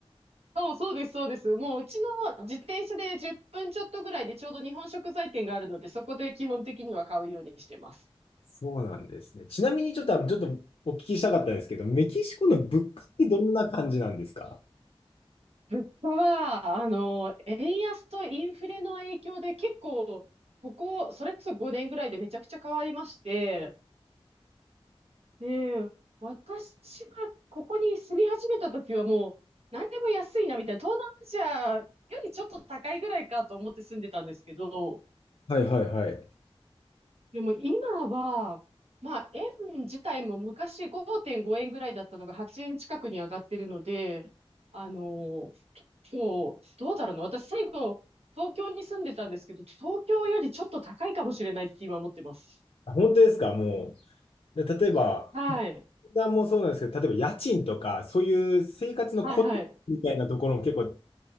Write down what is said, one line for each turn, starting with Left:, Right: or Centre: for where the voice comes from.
Right: そうそうです、そうです。もううちの自転車で10分ちょっとぐらいでちょうど日本食材店があるので、そこで基本的には買うようにしてます。
Left: そうなんですね。ちなみにちょっと、あのちょっとお聞きしたかったんですけど、メキシコの物価ってどんな感じなんですか
Right: 物価は、あの、円安とインフレの影響で結構、ここ、それこそ5年ぐらいでめちゃくちゃ変わりまして、で、私がここに住み始めた時はもう、何でも安いなみたいな、東南アジアよりちょっと高いぐらいかと思って住んでたんですけど、
Left: はいはいはい。
Right: でも今は、まあ、円自体も昔5.5円ぐらいだったのが8円近くに上がってるので、あの、そう、どうだろうな。私、最後、東京に住んでたんですけど、東京よりちょっと高いかもしれないって今思ってます。
Left: 本当ですかもう。で例えば、
Right: はい。
Left: 値段もそうなんですけど、例えば家賃とか、そういう生活のコツみたいなところも結構
Right: はいはい。